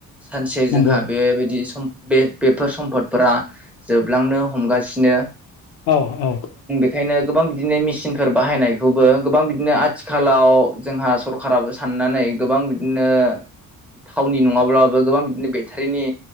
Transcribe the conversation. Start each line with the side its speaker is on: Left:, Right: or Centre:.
Centre: सानसे
Left: नंगौ
Centre: जोंहा बेबायदि सम बे बेफोर सम्फदफोरा जोबलांनो हमगासिनो।
Left: औ औ।
Centre: बेंखायनो गोबां बिदिनो मेसिनफोर बाहायनायखौबो गोबां बिदि बिदिनो आथिखालाव जोंहा सरखाराराबो साननानै गोबां बिदिनो थावनि नङाब्लाबो गोबां बिदिनो बेटारिनि